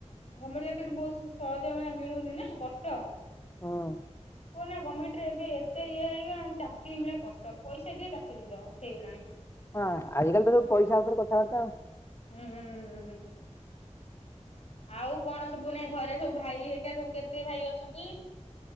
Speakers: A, on the left; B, on the left.
A: ଗଭର୍ଣ୍ଣମେଣ୍ଟ ଚାକିରି ବହୁତ ସହଜ ମାନେ ମିଳୁନିନା କଷ୍ଟ।
B: ହୁଁ।
A: କୁହନା ଗମେଣ୍ଟ ରେ ଏବେ ଏତେ ଇଏ ହେଇଗଲାଣି ଚାକିରି ମିଳେ କଷ୍ଟ। ପଇସା ଦିଅ ଚାକିରି ମିଳିବ ହେଇଗଲାଣି।
B: ହଁ ଆଜିକାଲିତ ଯୋଉ ପଇସା ଉପରେ କଥାବାର୍ତ୍ତା ଆଉ।
A: ହୁଁ ଉଁ ଆଉ କଣ ସବୁ ନାଇ ଘରେ ସବୁ ଭାଇ ଘରିକା ସବୁ କେତେ ଭାଇ ଅଛନ୍ତି?